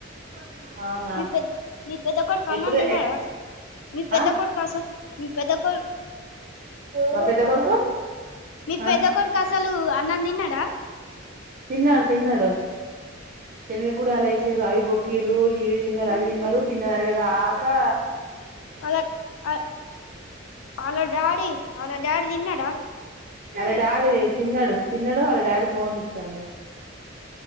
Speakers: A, on the right; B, on the left.
A: <inaudible> అవునా
B: మీ పెద్ద మీ పెద్ద కొడుకు అన్నం
A: ఎప్పుడు
B: తిన్నాడా మీ పెద్ద
A: ఆ
B: కొడుకు అసలు మీ పెద్ద కొడు
A: మా పెద్ద కొడుకు
B: మీ
A: ఆ
B: పెద్ద కొడుకు అసలు అన్నం తిన్నాడా
A: తిన్నాడు తిన్నాడు శనగ గుడాలు ఏసిరు అవి బొక్కిరు ఇవి తిన్నారు అవి తిన్నారు తిన్నది అరిగేదాకా
B: అలా అ అలా డాడీ అలా డాడి దిన్నాడా
A: వాళ్ళ డాడీ తిన్నాడు తిన్నాడు వాళ్ళ డాడీ ఫోన్ చూస్తాడు